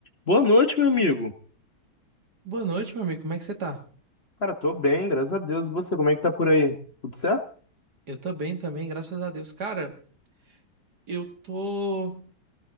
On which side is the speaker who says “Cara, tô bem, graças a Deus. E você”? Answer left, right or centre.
Left